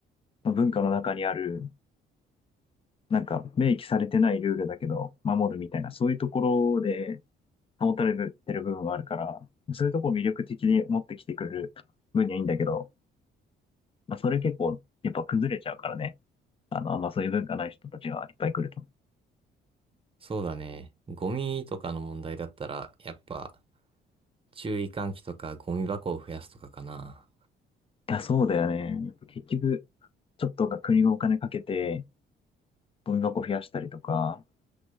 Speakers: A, on the left (about 30°); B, on the right (about 25°).
A: まあ文化の中にある、なんか明記されてないルールだけど守るみたいな、そういうところで保たれてる部分はあるから、そういうとこを魅力的に持ってきてくれる分にはいいんだけど、まあそれ結構やっぱ崩れちゃうからね。あの、あんまそういう文化ない人たちがいっぱい来ると。い
B: そうだね。ゴミとかの問題だったら、やっぱ、注意喚起とかゴミ箱を増やすとかかな。
A: や、そうだよね。やっぱ結局、ちょっとが国がお金かけて、ゴミ箱増やしたりとか、